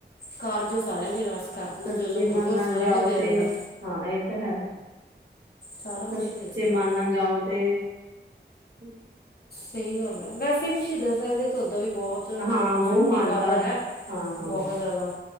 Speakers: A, on the left (about 55°); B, on the right (about 75°).
A: ਕਾਰਜ ਓ ਸਾਰਿਆਂ ਦੇ ਰਾਸ ਕਰ ਦਿੰਦਾ,
B: ਸੱਚੇ
A: ਜੋ-ਜੋ
B: ਮਨ
A: ਮੰਗੋ,
B: ਨਾਲ
A: ਸਾਰਾ
B: ਜਾਓ
A: ਕੁਝ ਦੇ ਦਿੰਦਾ।
B: ਤੇ ਹਾਂ ਇਹ ਤਾ ਹੈ,
A: ਸਾਰਾ ਕੁਛ
B: ਸੱਚੇ
A: ਹੀ ਦੇ ਦਿੰਦਾ
B: ਮਨ
A: ਉਹ
B: ਨਾਲ ਜਾਓ, ਤੇ ਅਮ <unintelligible>
A: ਸਹੀ ਗੱਲ ਐ, ਵੈਸੇ ਵੀ ਸ਼ਹੀਦਾਂ ਸਾਹਿਬ ਉਹਦਾ ਵੀ ਬਹੁਤ
B: ਹਾਂ ਬਹੁ
A: ਸ਼ਕਤੀ,
B: ਮਾਨਤਾ
A: ਪੌਵਰ ਐ,
B: ਹਾਂ ਹਾਂ
A: ਬਹੁਤ ਜ਼ਿਆਦਾ।